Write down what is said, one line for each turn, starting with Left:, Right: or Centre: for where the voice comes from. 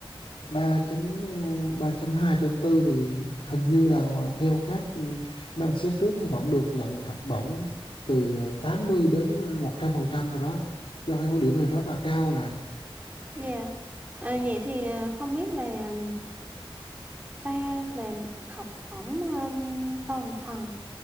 Left: ba chấm ờ, ba chấm hai trên tư thì hình như là theo các ừ, năm xét trước thì vẫn được nhận học bổng từ 80 đến ờ, 100 phần trăm rồi đó do cái số điểm này rất là cao nè
Right: Dạ. Ờ, vậy thì ờ, không biết là ba là học bổng um, toàn phần